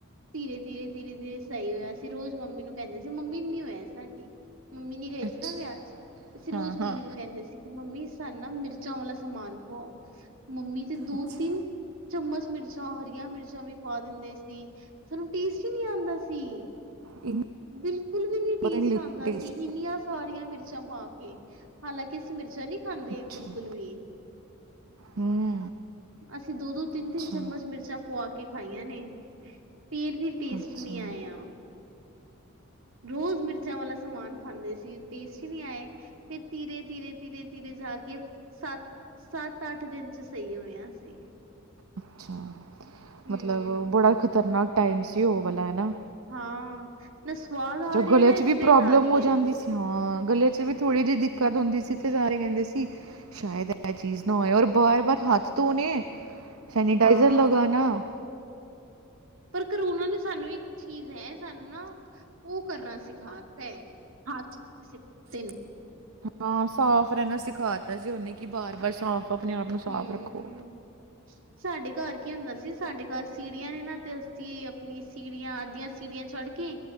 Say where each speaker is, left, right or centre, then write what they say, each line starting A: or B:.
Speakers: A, on the right (about 70°); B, on the right (about 85°).
A: ਧੀਰੇ-ਧੀਰੇ-ਧੀਰੇ-ਧੀਰੇ ਸਹੀ ਹੋਇਆ ਸੀ ਰੋਜ਼ ਮੰਮੀ ਨੂੰ ਕਹਿੰਦੇ ਸੀ ਮੰਮੀ ਨੀ ਹੋਇਆ ਸਾਡੀ। ਮੰਮੀ ਨੀ ਗਏ ਸੀ
B: ਅੱਛਾ
A: ਨਾ ਵਿਆਹ 'ਚ ਅਸੀਂ ਰੋਜ਼
B: ਹਾਂ
A: ਮੰਮੀ
B: ਹਾਂ
A: ਨੂੰ ਕਹਿੰਦੇ ਸੀ। ਕਿ ਮੰਮੀ ਸਨ ਨਾ ਮਿਰਚਾਂ ਵਾਲਾ ਸਮਾਨ ਖਵਾਓ ਮੰਮੀ ਤੇ ਦੋ-
B: ਅੱਛਾ
A: ਤਿੰਨ ਚਮਚ ਮਿਰਚਾਂ ਹਰੀਆਂ ਮਿਰਚਾਂ ਵੀ ਪਾ ਦਿੰਦੇ ਸੀ ਸਾਨੂੰ ਟੇਸਟ ਈ ਨੀ ਆਂਦਾ ਸੀ।
B: ਇਹਨੂੰ
A: ਬਿਲਕੁਲ, ਵੀ ਨੀ ਟੇਸਟ
B: ਪਤਾ ਨਹੀਂ ਲੱਗਦਾ
A: ਆਂਦਾ ਸੀ।
B: ਟੇਸਟ
A: ਇੰਨੀਆਂ ਸਾਰੀਆਂ ਮਿਰਚਾਂ ਪਾ ਕੇ ਹਾਲਾਂਕਿ ਅਸੀਂ ਮਿਰਚਾਂ ਨੀ ਖਾਂਦੇ
B: ਅੱਛਾ
A: ਬਿਲਕੁਲ ਵੀ।
B: ਹੂੰ।
A: ਅਸੀਂ ਦੋ-ਦੋ, ਤਿੰਨ-ਤਿੰਨ
B: ਅੱਛਾ
A: ਚਮਚ ਮਿਰਚਾਂ ਪੁਆ ਕੇ ਖਾਈਆਂ ਨੇ। ਫੇਰ ਵੀ ਟੇਸਟ
B: ਅੱਛਾ
A: ਨੀ ਆਇਆ। ਰੋਜ਼ ਮਿਰਚਾਂ ਵਾਲਾ ਸਮਾਨ ਖਾਂਦੇ ਸੀ ਟੇਸਟ ਈ ਨੀ ਆਏ। ਫੇਰ ਧੀਰੇ-ਧੀਰੇ-ਧੀਰੇ-ਧੀਰੇ ਜਾ ਕੇ ਸਤ ਸੱਤ-ਅੱਠ ਦਿਨ 'ਚ ਸਹੀ ਹੋਇਆ ਅਸੀ।
B: ਅੱਛਾ,
A: ਹੂੰ
B: ਮਤਲਬ ਬੜਾ ਖ਼ਤਰਨਾਕ ਟਾਈਮ ਸੀ ਉਹ ਵਾਲਾ ਹੈਨਾ।
A: ਹਾਂ, ਨਾ ਸਵਾਦ ਆ ਰਿਹਾ,
B: ਗਲੇ
A: ਨਾ
B: 'ਚ
A: ਇਸਮੈਲ
B: ਵੀ ਪ੍ਰੋਬਲਮ
A: ਆ ਰਹੀ
B: ਹੋ
A: ਐ।
B: ਜਾਂਦੀ ਸੀ ਹਾਂ ਗਲੇ 'ਚ ਵੀ ਥੋੜੀ ਜਿਹੀ ਦਿੱਕਤ ਹੁੰਦੀ ਸੀ
A: ਹੂੰ
B: ਤੇ ਸਾਰੇ ਕਹਿੰਦੇ ਸੀ ਸ਼ਾਇਦ ਇਹ ਚੀਜ਼ ਨਾ ਹੋਏ ਔਰ ਬਾਰ-ਬਾਰ ਹੱਥ ਧੋਣੇ, ਸੈਨੀਟਾਈਜ਼ਰ
A: ਹਾਂ
B: ਲਗਾਨਾ।
A: ਪਰ ਕਰੋਣਾ ਨੇ ਸਾਨੂੰ ਵੀ ਚੀਜ਼ ਹੈ ਸਾਨੂੰ ਨਾ ਉਹ ਕਰਨਾ ਸਿਖਾ ਤੇ ਹਥ ਧੋਣੇ ਸੀਖਾ <unintelligible>
B: ਹਾਂ, ਸਾਫ਼ ਰਹਿਣਾ ਸਿਖਾ ਦਿੱਤਾ ਸੀ ਉਹਨੇ ਕਿ ਬਾਰ-ਬਾਰ ਸਾਫ਼ ਆਪਣੇ-ਆਪ ਨੂੰ ਸਾਫ਼
A: ਹੂੰ
B: ਰੱਖੋ।
A: <inaudible> ਸਾਡੇ ਘਰ ਕੀ ਹੁੰਦਾ ਸੀ ਸਾਡੇ ਘਰ ਸੀੜੀਆਂ ਨੇ ਨਾਂ ਤੇ ਅਸੀਂ ਆਪਣੀ ਸੀੜੀਆਂ ਅੱਧੀਆਂ ਸੀੜੀਆਂ ਚੜ ਕੇ